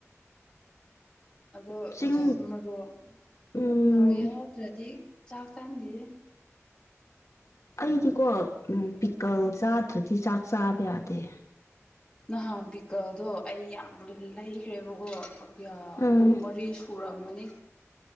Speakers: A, on the left (about 20°); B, on the left (about 70°).
A: ꯑꯗꯣ
B: ꯆꯤꯡ
A: ꯑꯁ ꯃꯔꯣꯛ
B: ꯎꯝ
A: ꯃꯔꯣꯏ ꯌꯥꯎꯗ꯭ꯔꯗꯤ ꯆꯥꯛ ꯆꯥꯡꯗꯤ
B: ꯑꯩꯗꯤꯀꯣ ꯄꯤꯀꯜ ꯆꯥꯗ꯭ꯔꯗꯤ ꯆꯥꯛ ꯆꯥꯕ ꯌꯥꯗꯦ
A: ꯅꯍꯥ ꯄꯤꯀꯜꯗꯣ ꯑꯩ ꯌꯥꯝ ꯂꯩꯈ꯭ꯔꯦꯕꯀꯣ ꯑꯍꯨꯝ
B: ꯎꯝ
A: ꯃꯔꯤ ꯁꯨꯔꯝꯃꯅꯤ